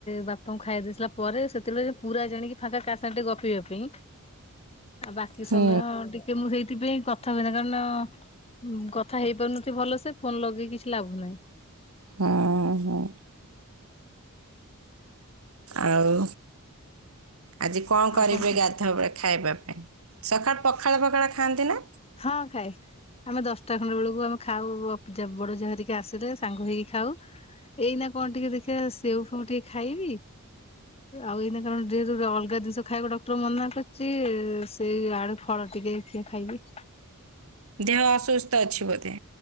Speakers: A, on the left; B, on the right.
A: ବାପାଙ୍କୁ ଖାଇଆ ଦେଇସାରିଲା ପରେ। ସେତେବେଳେ ପୁରା ଜାଣିକି ଫାଙ୍କା କା ସାଙ୍ଗ ଟେ ଗପିବା ପାଇଁ। ଆ ବାକି
B: ହୁଁ
A: ସମୟ ଟିକେ ମୁଁ ସେଇଥିପାଇଁ କଥା ହୁଏନା କାରଣ ହୁଁ କଥା ହେଇ ପାରୁନଥିବି ଭଲ ସେ ଫୋନ୍ ଲଗେଇକି କିଛି ଲାଭ ନାହିଁ‌।
B: ହୁଁ ହୁଁ! ଆଉ ଆଜି କଁ
A: ଆଉ
B: କରିବେ
A: କଣ କୁହ
B: ଗାଧୁଆବେଳେ ଖାଇବା ପାଇଁ? <unintelligible> ପଖାଳ ଫଖାଳ ଖାଆନ୍ତି ନା?
A: ହଁ ଖାଏ। ଆମେ ଦଶଟା ଖଣ୍ଡେ ବେଳକୁ ଆମେ ଖାଉ ଅଫଯା ବଡ ଯା ହରିକା ଆସିଲେ ସାଙ୍ଗ ହେଇକି ଖାଉ। ଏଇନା କଣ ଟିକେ ଦେଖିଆ ସେଉ ଫେଉ ଟିକେ ଖାଇବି। ଆଉ ଏଇନା କାରଣ ଡେଡୁରୁ ଅଲଗା ଜିନ୍ଷ ଖାଇବାକୁ ଡକ୍ଟର ମନା କରିଚି। ସେଇ ଆଡୁ ଫଳ ଟିକେ ଟିକେ ଖାଇବି।
B: ଦେହ ଅସୁସ୍ଥ ଅଛି ବୋଧେ?